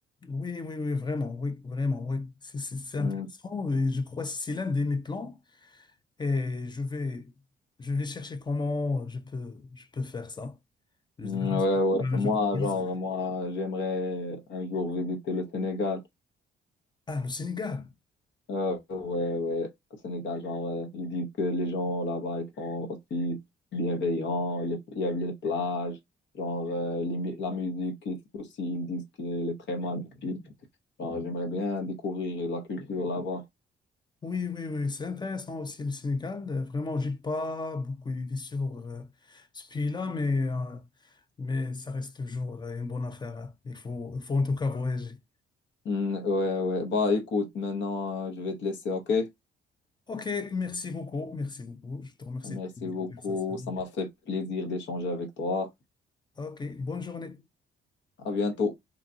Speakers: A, on the left (about 20°); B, on the left (about 65°).
A: Oui, oui, oui, vraiment, oui, vraiment, oui. C'est c'est- c'est intéressant
B: Hmm,
A: et je crois que c'est l'un de mes plans. Et je vais, je vais chercher comment je peux, je peux faire ça. Je-
B: hmm,
A: je-
B: ouais, ouais. Moi,
A: je- je-
B: genre, moi, j'aimerais un jour visiter le Sénégal.
A: Ah, le Sénégal.
B: Euh, ouais, ouais, au Sénégal, genre, euh, ils disent que les gens là-bas, ils sont aussi bienveillants, les- il y a les plages, genre, euh, les mu- la musique ils- aussi, ils disent qu'elle est très magnifique. Genre, j'aimerais bien découvrir la culture là-bas.
A: Oui, oui, oui, c'est intéressant aussi le Sénégal. Euh, Vraiment, j'ai pas beaucoup d'idées sur euh, ce pays-là, mais, euh, mais ça reste toujours euh, une bonne affaire. hein. Il faut, il faut en tout cas voyager.
B: Hmm, ouais, ouais, bah écoute, maintenant, euh, je vais te laisser, ok?
A: Ok, merci beaucoup, merci beaucoup. Je te remercie
B: Merci
A: pour la
B: beaucoup,
A: conversation.
B: ça m'a fait plaisir d'échanger avec toi.
A: Ok, bonne journée.
B: À bientôt.